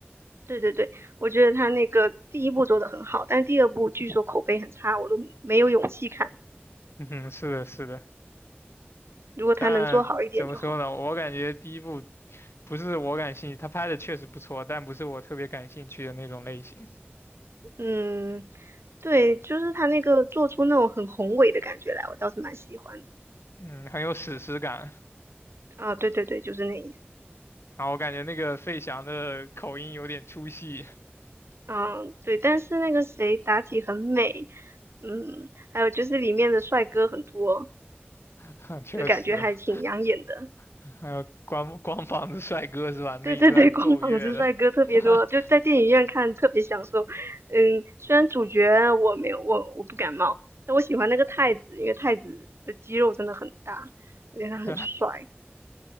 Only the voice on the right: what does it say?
对对对，我觉得他那个第一部做的很好，但第二部据说口碑很差，我都没有勇气看。
如果他能做好一点就好。
嗯，对，就是他那个做出那种很宏伟的感觉来，我倒是蛮喜欢的。
啊，对对对，就是那意思。
嗯，对，但是那个谁妲己很美，嗯，还有就是里面的帅哥很多，
就感觉还挺养眼的。
对对对，<laughs> 光膀子帅哥特别多，
就在电影院看特别享受。嗯，虽然主角我没有我我不感冒，但我喜欢那个太子，
因为太子的肌肉真的很大，而且他很帅。